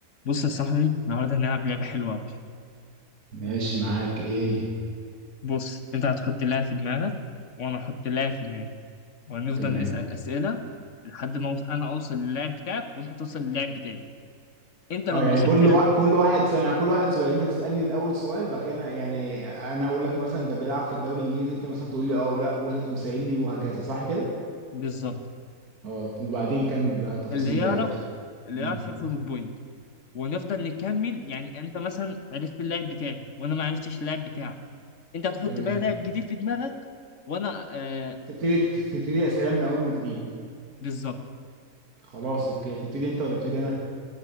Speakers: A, on the left (about 55°); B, on the right (about 70°).
A: بص يا صاحبي النهارده هنلعب لعبة حلوة أوي
B: ماشي معاك ايه هي
A: بص أنت هتحط لاعب في دماغك وأنا هحط لاعب في دماغي وهنفضل
B: تمام
A: نسأل أسئلة لحد ما أوص- أنا أوصل للاعب بتاعك وأنت توصل للاعب بتاعي أنت
B: اه
A: لو
B: يعني
A: وصلت
B: كل
A: ال...
B: وا... كل واحد ثانية كل واحد سؤال انت تسألني الاول سؤال بعد كده أنا- يعني انا اقول لك مثلا ده بيلعب في الدوري الانجليزي انت مثلا تقول لي اه ولا وانت تقوم سائلني وهكذا صح كده
A: بالظبط
B: اه وبعدين كمل بقى تفاصيل
A: اللي يعرف
B: اللعبة
A: اللي
B: مم.
A: يعرف ياخد البوينت ونفضل نكمل يعني أنت مثلا عرفت اللاعب بتاعي وأنا ما عرفتش اللاعب بتاعك أنت هتحط
B: تمام
A: بقى لاعب جديد في دماغك وأنا آه...
B: تبتدي تبتدي اسئلة من اول وجديد
A: بالظبط
B: خلاص اوكي هتبتدي انت ولا ابتدي انا